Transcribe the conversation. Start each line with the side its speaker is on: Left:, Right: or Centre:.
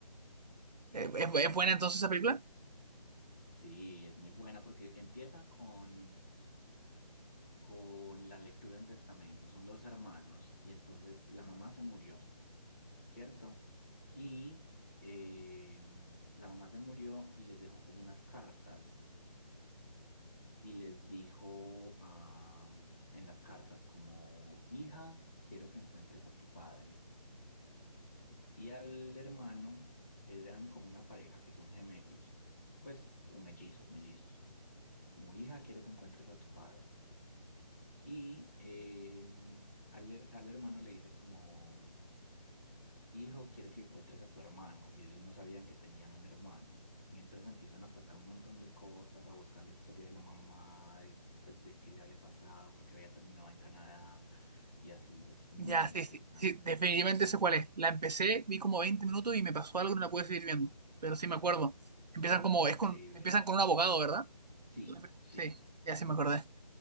Right: Eh, ¿Es, es buena entonces esa película?
Left: Sí, es muy buena porque empieza con con la lectura de un testamento. Son dos hermanos y entonces la mamá se murió, ¿cierto? Y eh, la mamá se murió y les dejó como unas cartas y les dijo ah, en las cartas como, hija, quiero que encuentres a tu padre. Y al hermano eran como una pareja que son gemelos, pues, o mellizos, mellizos. Como hija, quiero que encuentres a tu padre. Y eh, al, her- al hermano le dice como, hijo, quiero que encuentres a tu hermano. Y ellos no sabían que tenían un hermano. Y entonces empiezan a pasar un montón de cosas, a buscar la historia de la mamá, de, pues de qué le había pasado, porque había terminado en Canadá. Y así, es muy
Right: Ya, sí,
Left: interesante,
Right: sí, sí, definitivamente
Left: es,
Right: sé cuál es. La empecé, vi como 20 minutos y me pasó algo y no la pude seguir viendo. Pero sí me acuerdo. Empiezan como,
Left: es increíble.
Right: es con, empiezan con un abogado, ¿verdad?
Left: Sí, sí,
Right: Sí, ya sí me acordé.